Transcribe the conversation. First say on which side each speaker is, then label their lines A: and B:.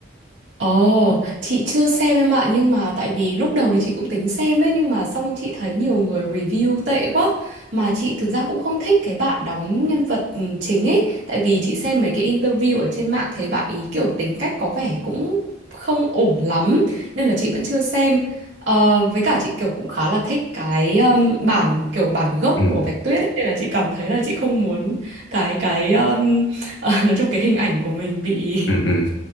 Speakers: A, on the right (about 70°); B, on the left (about 65°).
A: Ồ, chị chưa xem em ạ nhưng mà tại vì lúc đầu thì chị cũng tính xem đấy nhưng mà xong chị thấy nhiều người review tệ quá mà chị thực ra cũng không thích cái bạn đóng nhân vật chính ấy tại vì chị xem mấy cái interview ở trên mạng thấy bạn ý kiểu tính cách có vẻ cũng không ổn lắm nên là chị vẫn chưa xem Ờ, với cả chị kiểu cũng khá là thích cái um, bản kiểu bản gốc
B: ừ
A: của Bạch Tuyết ấy, nên là chị cảm thấy là chị không muốn cái cái um, <laughs> nói chung cái hình ảnh của mình bị
B: ừ ừ